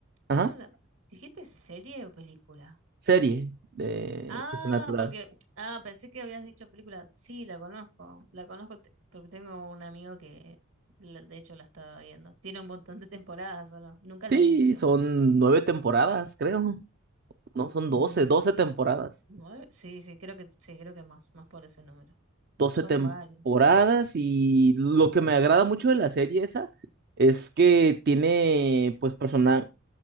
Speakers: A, on the right (about 45°); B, on the right (about 70°).
A: a...
B: es
A: Ajá,
B: una, ¿dijiste serie o película?
A: serie de
B: Ah,
A: Supernatural.
B: porque, ah, pensé que habías dicho película. Sí, la conozco, la conozco te- porque tengo un amigo que, la- de hecho, la estaba viendo. Tiene un montón de temporadas solo. Nunca
A: Sí,
B: la vi, pero
A: son nueve temporadas, creo. No, son
B: mm,
A: doce, doce temporadas.
B: nueve, sí, sí, creo que, sí, creo que más, más por ese número.
A: doce
B: Son
A: temporadas
B: varios.
A: y lo que me agrada mucho de la serie esa es que tiene pues persona